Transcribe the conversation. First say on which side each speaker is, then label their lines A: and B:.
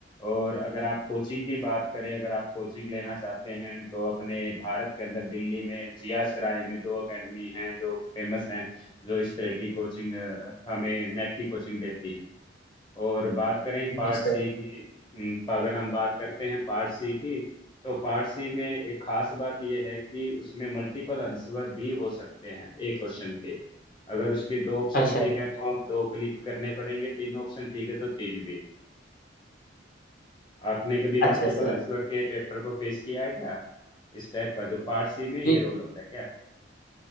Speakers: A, on the left; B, on the left.
A: और अगर आप कोचिंग की बात करें अगर आप कोचिंग लेना चाहते हैं तो अपने भारत के अंदर दिल्ली में जिया सराय में दो एकेडमी हैं जो फेमस हैं जो इस तरह की कोचिंग हमें नेट की कोचिंग देती है और बात करें
B: जी
A: पार्ट
B: सर
A: सी की हम्म, अगर हम बात करते हैं पार्ट सी की तो पार्ट सी में एक खास बात यह है कि उसमें मल्टीपल आंसर भी हो सकते हैं एक क्वेश्चन के अगर उसके दो ऑप्शन
B: अच्छा
A: ठीक
B: अच्छा
A: है तो हम दो क्लिक करने पड़ेंगे तीन ऑप्शन ठीक है तो तीन भी आपने कभी
B: अच्छा
A: मल्टीपल
B: सर
A: आंसर के पेपर को फेस किया है क्या इस टाइप का जो पार्ट सी में ये
B: जी
A: रोल होता है क्या